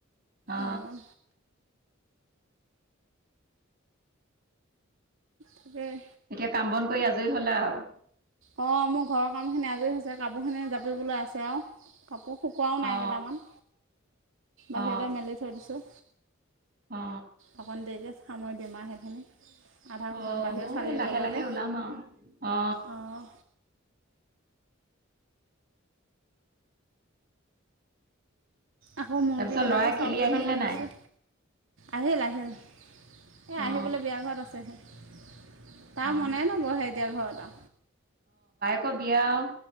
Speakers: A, on the right (about 45°); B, on the right (about 75°).
A: অ
B: অঁ তাকেই
A: এতিয়া কাম বন কৰি আজৰি হলা আও?
B: অ মোৰ ঘৰৰ কাম খিনি আজৰি হৈছে। কাপোৰ খিনি জাপিবলে আছে আও। কাপোৰ শুকোৱাও নাই
A: অ
B: কেইটামান বাহিৰতে
A: অ
B: মেলি থৈ দিছোঁ
A: অ।
B: অকণ দেৰিকৈ সামৰি দিমাৰ সেইখিনি আধা শুকান
A: অ
B: বাহিৰৰ
A: মই
B: চালিৰ
A: এই লাহে
B: তলতে
A: লাহে ওলাম আৰু অ
B: অঁ আকৌ মুৰ্গী
A: তাৰপিছত
B: কেইটাকো
A: লৰাই
B: চাউল
A: খেলি
B: কেইটামান
A: আহিল নে নাই
B: দিছোঁ। আহিল আহিল এই
A: অ
B: আহি পেলাই বিয়া ঘৰত আছে তাৰ মনে
A: অ
B: নবহে এতিয়া ঘৰত
A: কি কবি আও